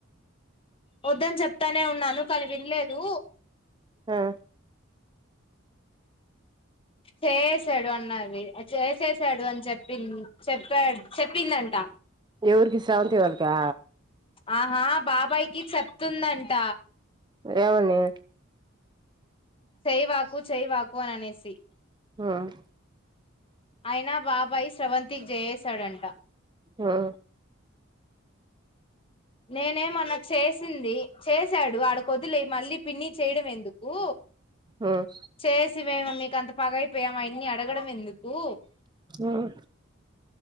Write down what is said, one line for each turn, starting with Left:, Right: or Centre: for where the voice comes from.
Left: వద్దని చెప్తానే ఉన్నాను కానీ వినలేదు
Right: ఆ
Left: చేసాడు అన్నది చేసేసాడు అని చెప్పింది చెప్పాడు చెప్పిందంట
Right: ఎవరికి స్రవంతి వాళ్ళకా
Left: ఆహా బాబాయి కి చెప్తుందంట
Right: ఏమని
Left: చేయబాకు చేయబాకు అని అనేసి
Right: ఉమ్
Left: అయినా బాబాయి శ్రవంతికి చేశాడంట
Right: ఉమ్
Left: నేనేమన్న చేసింది చేశాడు ఆడకొదిలేయి మళ్ళీ పిన్నికి చేయడం ఎందుకు
Right: ఉమ్
Left: చేసి మేము మీకు అంత పగైపోయామా అయన్ని అడగడం ఎందుకు
Right: ఉమ్